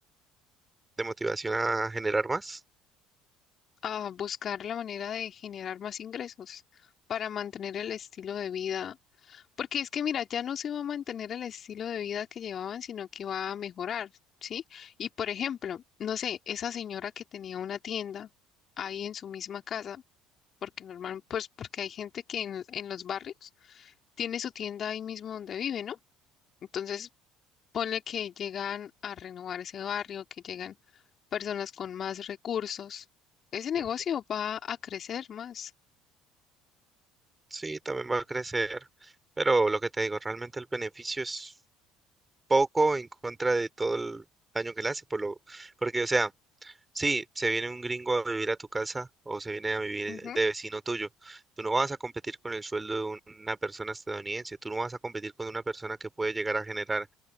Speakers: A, on the right; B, on the left.
A: De motivación a generar más,
B: A buscar la manera de generar más ingresos para mantener el estilo de vida Porque es que, mira, ya no se va a mantener el estilo de vida que llevaban, sino que va a mejorar, ¿sí? Y por ejemplo, no sé, esa señora que tenía una tienda ahí en su misma casa, porque normal, pues porque hay gente que en, en los barrios tiene su tienda ahí mismo donde vive, ¿no? Entonces, ponle que llegan a renovar ese barrio, que llegan personas con más recursos. Ese negocio
A: mm,
B: va a crecer más.
A: sí, también va a crecer, pero lo que te digo, realmente el beneficio es poco en contra de todo el daño que le hace, por lo, porque, o sea, sí, se viene un gringo a vivir a tu casa o se viene a vivir
B: Ujú,
A: de vecino tuyo, tú no vas a competir con el sueldo de una persona estadounidense, tú no vas a competir con una persona que puede llegar a generar